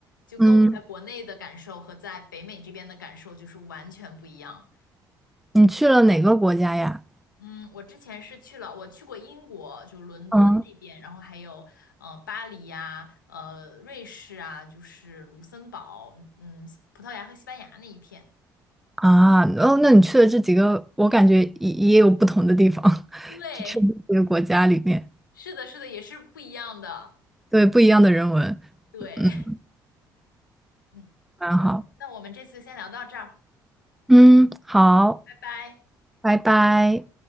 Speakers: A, on the left; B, in the centre.
A: 就跟我在国内的感受和在北美这边的感受就是完全不一样。
B: 嗯，你去了哪个国家呀？
A: 嗯，我之前是去了，我去过英国，就伦敦那边，
B: 嗯。
A: 然后还有呃巴黎呀、呃瑞士啊，就是卢森堡，嗯，葡萄牙和西班牙那一片。
B: 啊，哦，那你去的这几个，我感觉也也有不同的地方，<laughs>
A: 对，
B: 就去的这些国家里面，
A: 是的，是的，也是不一样的。
B: 对，不一样的人文，
A: 对，
B: 嗯，
A: <laughs> 嗯，
B: 蛮好，
A: 那我们这次先聊到这儿，
B: 嗯，好，
A: 拜拜。
B: 拜拜。